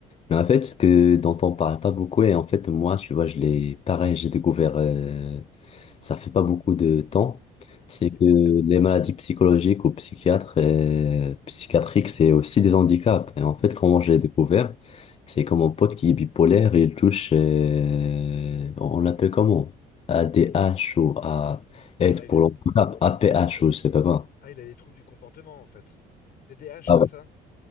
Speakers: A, on the left; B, on the left.
A: Mais en fait, ce que dont on parle pas beaucoup, et en fait, moi, tu vois, je l'ai, pareil, j'ai découvert, euh, ça fait pas beaucoup de temps,
B: Hmm
A: c'est
B: Dis-moi.
A: que les maladies psychologiques ou psychiatres, euh, psychiatriques, c'est aussi des handicaps. Et en fait, comment je l'ai découvert, c'est comme mon pote qui est bipolaire, il touche, euh, on l'appelle comment? ADH ou A, aide
B: Ah, il
A: pour
B: a...
A: l'handicap, APH ou je sais pas quoi.
B: ah, il a des troubles du comportement en fait. TDAH,
A: Ah
B: c'est
A: ouais.
B: ça?